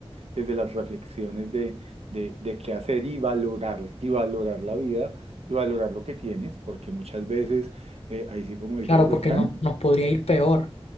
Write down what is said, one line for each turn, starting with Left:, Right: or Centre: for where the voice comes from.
Right: desde las reflexiones de, de, de qué hacer y valorar, y valorar la vida y valorar lo que tienes, porque muchas veces, eh, ahí sí como dice
Left: Claro,
Right: el refrán,
Left: porque no, nos podría ir peor.